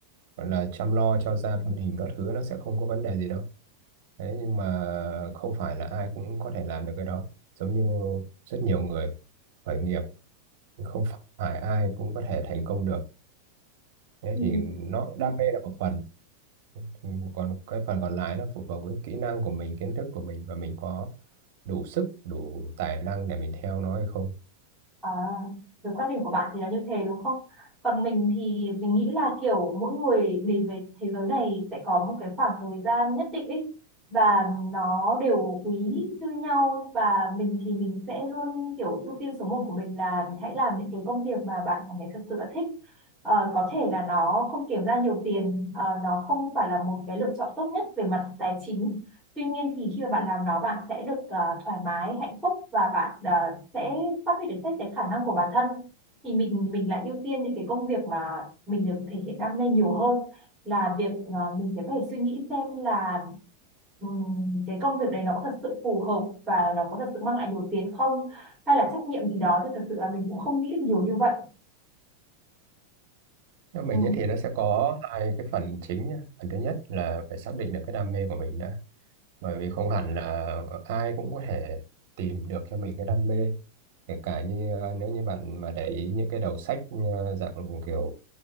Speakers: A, on the right; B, in the centre.
A: gọi là chăm lo cho gia đình các thứ nó sẽ không có vấn đề gì đâu. Thế nhưng mà không phải là ai cũng có thể làm được cái đó. Giống như rất nhiều người khởi nghiệp không phải ai cũng có thể thành công được. Thế
B: Ừ.
A: thì nó đam mê là một phần Ừ, còn cái phần còn lại nó phụ thuộc với kỹ năng của mình kiến thức của mình và mình có đủ sức đủ tài năng để mình theo nó hay không
B: À, với quan điểm của bạn thì là như thế đúng không? Còn mình thì mình nghĩ là kiểu mỗi người đến với thế giới này sẽ có một cái khoảng thời gian nhất định ấy và nó đều quý như nhau và mình thì mình sẽ luôn kiểu ưu tiên số một của mình là mình hãy làm những cái công việc mà bạn cảm thấy thật sự là thích. Ờ, có thể là nó không kiếm ra nhiều tiền, ờ, nó không phải là một cái lựa chọn tốt nhất về mặt tài chính. Tuy nhiên thì khi mà bạn làm nó bạn sẽ được ờ, thoải mái, hạnh phúc và bạn ờ, sẽ phát huy được hết cái khả năng của bản thân thì mình mình lại ưu tiên những cái công việc mà mình được thể hiện đam mê nhiều hơn là việc à, mình sẽ phải suy nghĩ xem là ừm, cái công việc đấy nó có thật sự phù hợp và nó có thật sự mang lại đủ tiền không hay là trách nhiệm gì đó thì thật sự là mình cũng không nghĩ được nhiều như vậy
A: nếu mình
B: ừ.
A: diễn thì nó sẽ có hai cái phần chính nhá. phần thứ nhất là phải xác định được cái đam mê của mình đã bởi vì không hẳn là ai cũng có thể tìm được cho mình cái đam mê kể cả như ờ, nếu như bạn mà để ý những cái đầu sách ờ, dạng kiểu